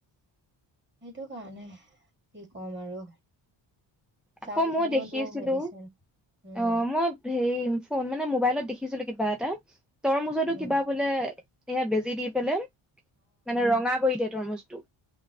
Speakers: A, on the right; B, in the centre.
A: সেইটো কাৰণে কি কম আৰু
B: আকৌ
A: চাউল
B: মই
A: খিনিওতো
B: দেখি আছিলো
A: মেডিচিন উম
B: অহ ', মই হেৰি ফোন মানে মোবাইলত দেখিছিলো কিবা এটা। তৰমুজতো
A: উম
B: কিবা বোলে। এয়া বেজি দি পেলাই। মানে ৰঙা কৰি দিয়ে। তৰমুজতো।